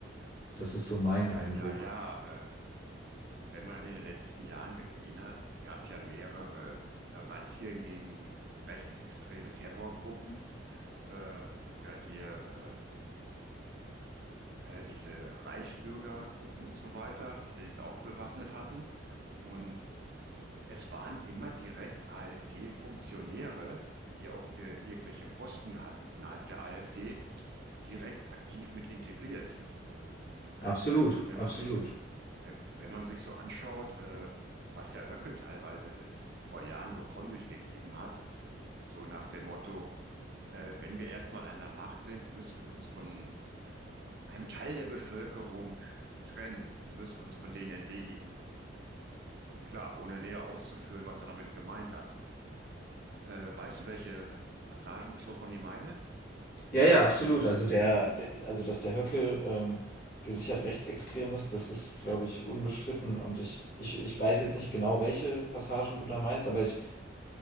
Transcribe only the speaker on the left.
Das ist so mein
Eindruck.
Absolut,
absolut.
Ja, ja, absolut. Also der, der also dass der Höcke ähm, gesichert rechtsextrem ist, das ist, glaube ich, unbestritten. Und ich, ich, ich weiß jetzt nicht genau, welche Passagen du da meinst, aber ich,